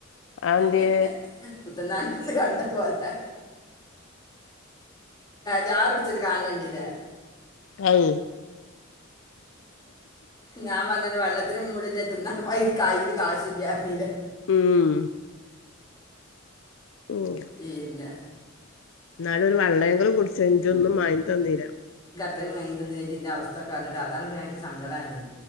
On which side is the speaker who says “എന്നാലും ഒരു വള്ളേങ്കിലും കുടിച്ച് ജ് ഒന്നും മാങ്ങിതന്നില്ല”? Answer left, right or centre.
Left